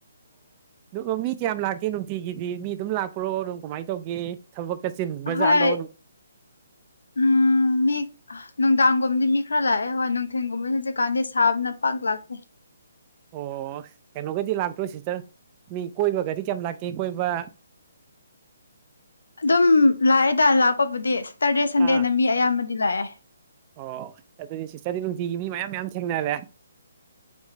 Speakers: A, on the right; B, on the left.
A: ꯑꯣ ꯃꯤ ꯀꯌꯥꯝ ꯂꯥꯛꯀꯦ ꯅꯨꯡꯇꯤꯒꯤ ꯃꯤ ꯑꯗꯨꯝ ꯂꯥꯛꯄꯔꯣ ꯑꯗꯨꯝ ꯀꯃꯥꯏꯅ ꯇꯧꯒꯦ ꯊꯕꯛ ꯈꯔ ꯆꯤꯟꯕꯖꯥꯠꯂꯣ
B: ꯍꯣꯏ ꯎꯝ ꯃꯤ ꯅꯨꯡꯗꯥꯡꯒꯨꯝꯕꯗꯤ ꯃꯤ ꯈꯔ ꯂꯥꯛꯑꯦ ꯍꯣꯏ ꯅꯨꯡꯊꯤꯟꯒꯨꯝꯕꯗꯤ ꯍꯧꯖꯤꯛꯀꯥꯟꯗꯤ ꯁꯥꯕꯅ ꯄꯥꯛ ꯂꯥꯛꯇꯦ
A: ꯑꯣ ꯀꯩꯅꯣꯒꯗꯤ ꯂꯥꯛꯇꯣꯏ ꯁꯤꯇꯔ ꯃꯤ ꯀꯣꯏꯕꯒꯗꯤ ꯀꯌꯥꯝ ꯂꯥꯛꯀꯦ ꯀꯣꯏꯕ
B: <unintelligible> ꯑꯗꯨꯝ ꯂꯥꯛꯑꯦꯗ ꯂꯥꯛꯄꯕꯨꯗꯤ ꯁꯦꯇꯔꯗꯦ ꯁꯟꯗꯦꯅ
A: ꯑꯥ
B: ꯃꯤ ꯑꯌꯥꯝꯕꯗꯤ ꯂꯥꯛꯑꯦ
A: ꯑꯣ ꯑꯗꯨꯗꯤ ꯁꯤꯇꯔꯗꯤ ꯅꯨꯡꯇꯤꯒꯤ ꯃꯤ ꯃꯌꯥꯝ ꯃꯌꯥꯝ ꯊꯦꯡꯅꯔꯦ